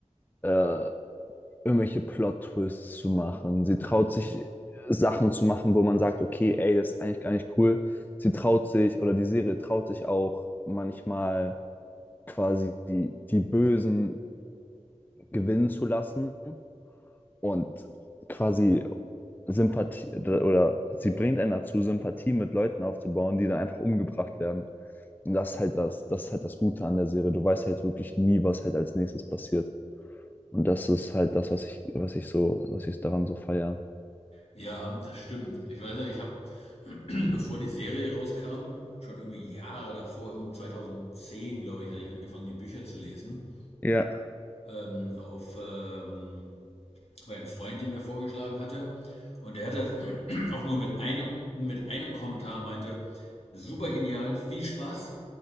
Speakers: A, on the left (about 15°); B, on the left (about 60°).
A: äh, irgendwelche Plot-Twists zu machen. Sie traut sich Sachen zu machen, wo man sagt, okay, ey, das ist eigentlich gar nicht cool. Sie traut sich oder die Serie traut sich auch manchmal quasi die, die Bösen gewinnen zu lassen und quasi Sympathie oder sie bringt einen dazu, Sympathie mit Leuten aufzubauen, die dann einfach umgebracht werden. Und das ist halt das, das ist halt das Gute an der Serie. Du weißt halt wirklich nie, was halt als nächstes passiert. Und das ist halt das, was ich, was ich so, was ich daran so feiere.
B: Ja, das stimmt. Ich weiß noch, ich habe <clears throat> bevor die Serie rauskam, schon irgendwie Jahre davor, irgendwie 2010, glaube ich, hatte ich angefangen, die Bücher zu lesen.
A: Ja,
B: Ähm, auf ähm, war ein Freund, den mir vorgeschlagen hatte. Und der hatte <clears throat> auch nur mit einem, mit einem Kommentar meinte, super genial, viel Spaß,